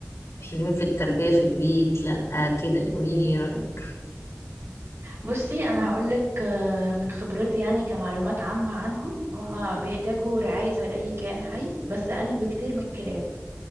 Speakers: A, on the left; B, on the right.
A: حلوين في التربية في البيت لأ كده قوليلي ايه رأيك
B: بصي أنا هقولك آه، من خبرتي يعني كمعلومات عامة عنهم هما بيحتاجوا رعاية زي أي كائن حي بس أقل بكتير من الكلاب